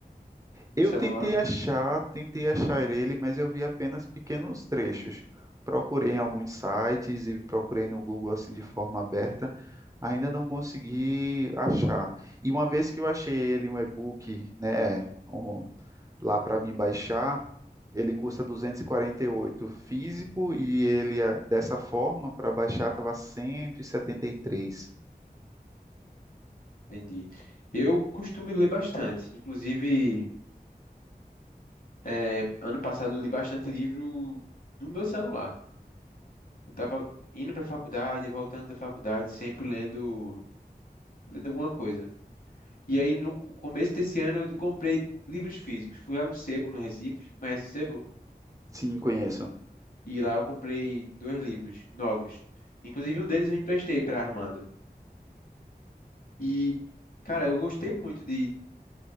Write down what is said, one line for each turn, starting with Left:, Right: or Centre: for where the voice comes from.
Left: no
Right: Eu
Left: celular?
Right: tentei achar, tentei achar ele, mas eu vi apenas pequenos trechos. Procurei em alguns sites e procurei no Google assim de forma aberta, ainda não consegui achar. E uma vez que eu achei ele um e-book, né, um- lá para mim baixar, ele custa duzentos e e quarenta e oito físico e ele, ah, dessa forma, para baixar estava cento e e setenta e três,
Left: Entendi. Eu costumo ler bastante. Inclusive, é, ano passado eu li bastante livro no meu celular. Eu tava indo pra faculdade, voltando da faculdade, sempre lendo, lendo alguma coisa. E aí, no começo desse ano, eu comprei livros físicos. Fui lá no Sebo, no Recife. Conhece o Sebo?
Right: Sim, conheço.
Left: E lá eu comprei dois livros novos. Inclusive, um deles eu emprestei pra Armando. E, cara, eu gostei muito de.